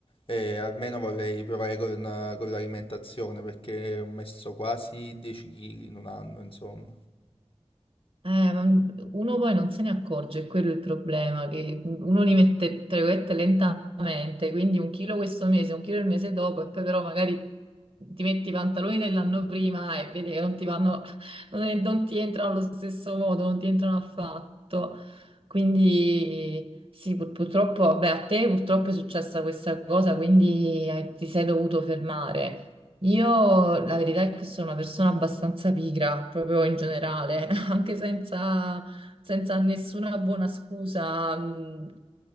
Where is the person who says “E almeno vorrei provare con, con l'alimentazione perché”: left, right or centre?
Left